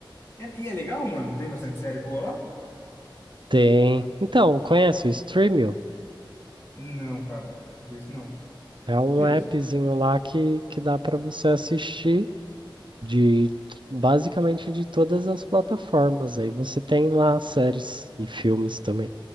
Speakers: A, on the left; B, on the right.
A: é- e é legal, mano? Tem bastante série boa lá?
B: Tem. Então, conhece o Streamio?
A: Não, cara. Não conheço, não. O
B: É um
A: que que é
B: appzinho
A: isso?
B: lá que, que dá pra você assistir de basicamente de todas as plataformas. Aí você tem lá séries e filmes também.